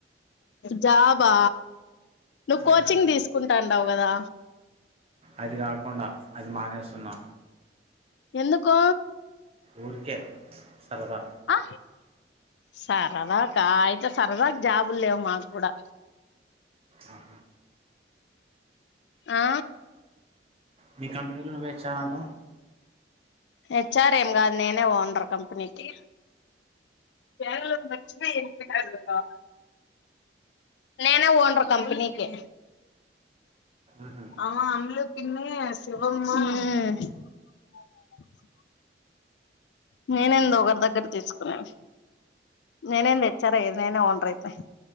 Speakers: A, on the left; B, on the right.
A: జాబా నువ్వు కోచింగ్
B: ఉమ్,
A: తీసుకుంటాండవ్ కదా
B: అది కాకుండా అది మానేస్తున్నా
A: ఎందుకు
B: ఊరికే సరదా
A: అ సరదాకా అయితే సరదక్ జాబుల్లేవు మాకు కూడా
B: ఆహా.
A: ఆ
B: మీ కంపెనీలో నువ్వె హెచ్ఆర్ అంట
A: హెచ్ఆర్ ఏం కాదు నేనే ఓనర్ కంపెనీకి పెరలు మర్చిపోయి ఎళ్ళిపోయిన్నారు నేనే ఓన్రు కంపెనీకి
B: ఆహా
A: అ అమ్ములు పిన్ని శివమ్మా మ్ బ్యాలెన్స్ నేను ఎంది ఒకరి దగ్గర తీసుకునేది నేనేంది హెచ్చార్ అయేది నేనే ఓనర్ అయిత